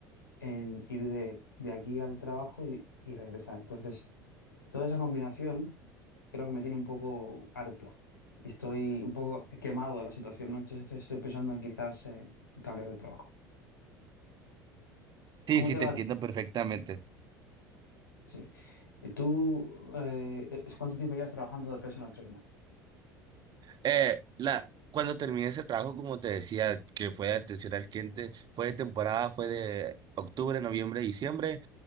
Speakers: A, on the left; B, on the right.
A: en ir de, de aquí al trabajo y, y regresar. Entonces, toda esa combinación creo que me tiene un poco harto y estoy un poco quemado de la situación, ¿no? Entonces estoy pensando en quizás eh, cambiar de trabajo.
B: sí,
A: ¿Cómo te
B: te
A: va?
B: entiendo perfectamente.
A: Sí. ¿Y tú eh, e-, es- cuánto tiempo llevas trabajando de personal trainer?
B: Eh, la, cuando terminé ese trabajo, como te decía, que fue de atención al cliente, fue de temporada, fue de octubre, noviembre, diciembre.